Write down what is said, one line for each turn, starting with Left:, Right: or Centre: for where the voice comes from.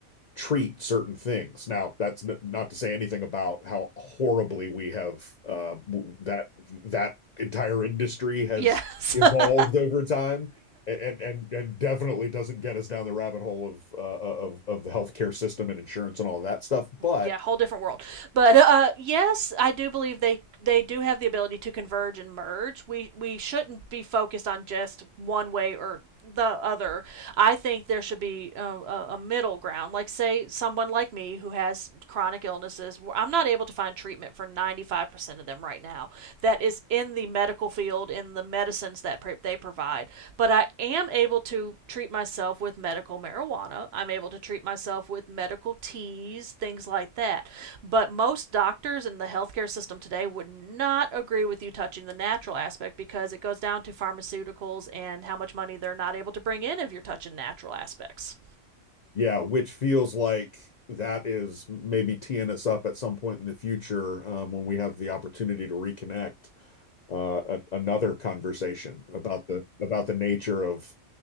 Left: treat certain things. Now, that's n not to say anything about how horribly we have uh, that that entire industry has
Right: Yes.
Left: evolved
Right: <laughs>
Left: over time. And, and and definitely doesn't get us down the rabbit hole of uh, of of the healthcare system and insurance and all of that stuff. But
Right: yeah, whole different world. But uh, yes, I do believe they they do have the ability to converge and merge. We we shouldn't be focused on just one way or the other. I think there should be uh, a, a, middle ground. Like say someone like me who has chronic illnesses, I'm not able to find treatment for 95% of them right now. That is in the medical field in the medicines that pr- they provide. But I am able to treat myself with medical marijuana. I'm able to treat myself with medical teas, things like that. But most doctors in the healthcare system today would not agree with you touching the natural aspect because it goes down to pharmaceuticals and how much money they're not able to bring in if you're touching natural aspects.
Left: Yeah, which feels like that is maybe teeing us up at some point in the future um, when we have the opportunity to reconnect uh, a, another conversation about the about the nature of